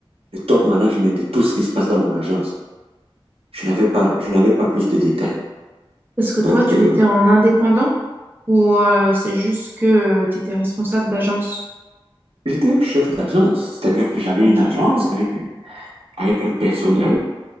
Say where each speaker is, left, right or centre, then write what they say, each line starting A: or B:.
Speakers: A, on the right (about 85°); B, on the right (about 20°).
A: le top management de tout ce qui se passe dans mon agence? Je n'avais pas, je n'avais pas plus de détails.
B: Est-ce que toi,
A: Donc,
B: tu
A: euh,
B: étais en indépendant ou euh, c'est juste que euh, tu étais responsable d'agence?
A: j'étais chef d'agence, c'est-à-dire que j'avais
B: Ok,
A: une agence avec, avec un personnel